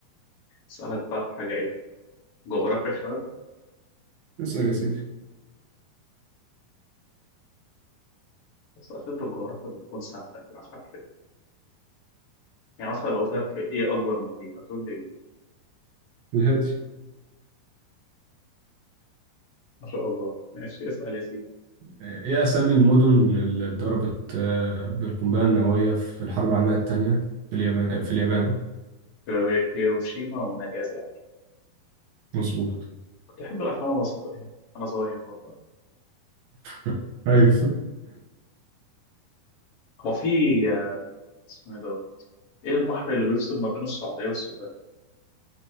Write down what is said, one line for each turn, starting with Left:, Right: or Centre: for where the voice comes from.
Left: اسالك بقى في حاجه ايه جغرافيا شويه
Right: اسأل يا سيدي
Left: بس اسئله الجغرافيا بتكون سهله كده مش عارف ليه يعني مثلا لو قلت لك ايه اكبر محيط هتقول لي ايه
Right: الهادي
Left: ما شاء الله ماشي اسال يا سيدي
Right: آه، إيه أسامي المدن اللي اتضربت آه، بالقنبلة النووية في الحرب العالمية التانية في اليابان آه، في اليابان
Left: هي- هيروشيما وناجازاكي
Right: مظبوط
Left: كنت احب الافلام المصريه وانا صغير والله
Right: <laughs> أيوة
Left: هو في آه، اسمه ايه ده ايه البحر اللي بيفصل ما بين السعوديه والسودان